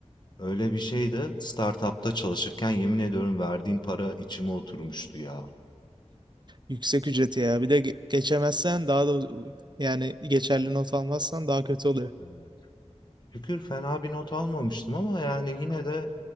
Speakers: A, on the left; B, on the right.
A: Öyle bir şey de startupta çalışırken yemin ediyorum verdiğim para içime oturmuştu ya.
B: Yüksek ücreti ya. Bir de ge- geçemezsen daha da yani geçerli not almazsan daha kötü oluyor.
A: Ee, Şükür fena bir not almamıştım ama yani yine de